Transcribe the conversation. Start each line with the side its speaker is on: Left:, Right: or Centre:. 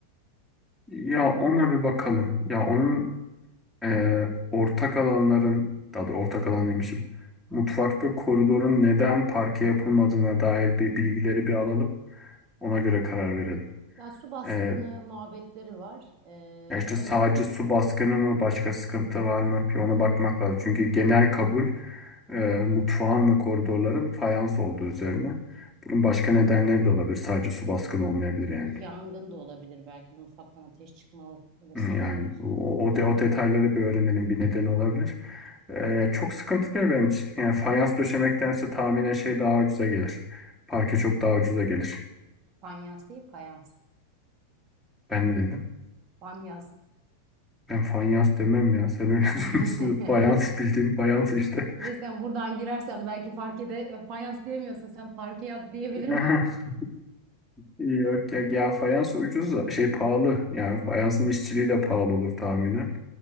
Centre: Ya ona bir bakalım. Ya onun Ee, ortak alanların, daha doğrusu ortak alan demişim. Mutfak ve koridorun neden parke yapılmadığına dair bir bilgileri bir alalım. Ona göre karar verelim.
Right: Ya su baskını
Centre: Ee,
Right: muhabbetleri var. E,
Centre: ya işte
Right: evet
Centre: sadece su baskını mı, başka sıkıntı var mı? Bir ona bakmak lazım. Çünkü genel kabul e, mutfağın ve koridorların fayans olduğu üzerine. Bunun başka nedenleri de olabilir. Sadece su baskını olmayabilir yani.
Right: yangın da olabilir belki mutfaktan ateş çıkma olasılığı
Centre: Yani bu, o, de, o detayları bir öğrenelim bir nedeni olabilir. Ee, çok sıkıntı değil benim için. Yani fayans döşemektense tahminen şey daha ucuza gelir. Parke çok daha ucuza gelir.
Right: fayans değil fayans
Centre: Ben ne dedim?
Right: fanyas.
Centre: Ben fayans demem ya. Sen öyle
Right: <laughs>
Centre: <laughs> diyorsun. Fayans bildiğim fayans işte.
Right: Neyse sen buradan girersen belki parkede fayans diyemiyorsun. Sen parke yap diyebilirim.
Centre: <laughs> Yok ya, ya fayans ucuz da şey pahalı. Yani fayansın işçiliği de pahalı olur tahminen.